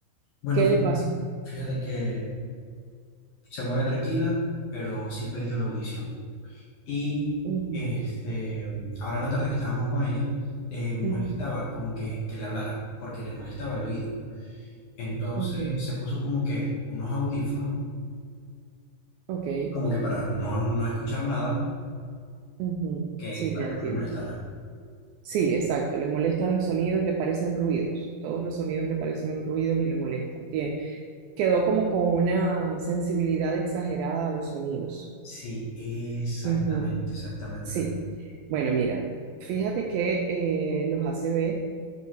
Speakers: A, on the left; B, on the right.
A: Bueno,
B: ¿Qué
A: fí-
B: le pasó?
A: fíjate que se mueve tranquila, pero sí perdió la audición. Y
B: Ujú,
A: este, ahora en la tarde que estábamos con ella, le molestaba
B: ujú,
A: como que, que le hablara, porque le molestaba el oído. Entonces
B: Ok,
A: se puso como que unos audífonos,
B: ok.
A: como que para no, no escuchar nada,
B: ujú,
A: que
B: Sí,
A: para
B: ya
A: que
B: entiendo.
A: no le molestara.
B: Sí, exacto. Le molestan los sonidos, le parecen ruidos. Todos los sonidos le parecen ruidos y le molestan. Tie- quedó como con una sensibilidad exagerada a los sonidos.
A: Sí, exactamente,
B: Ujú,
A: exactamente.
B: Sí. Bueno, mira, fíjate que eh, los ACV